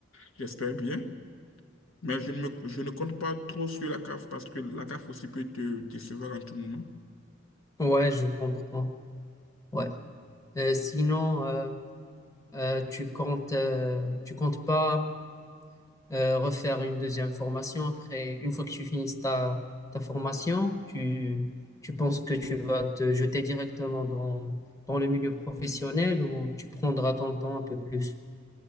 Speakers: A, on the left; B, on the left.
A: j'espère bien. Mais je ne me- je ne compte pas trop sur la CAF parce que la CAF aussi peut te décevoir en tout moment.
B: Ouais, je comprends. Ouais. Euh, sinon, euh, euh, tu comptes, euh, tu comptes pas. euh, refaire une deuxième formation. Après, une fois que tu finisses ta, ta formation, tu, tu penses que tu vas te jeter directement dans, dans le milieu professionnel ou tu prendras ton temps un peu plus?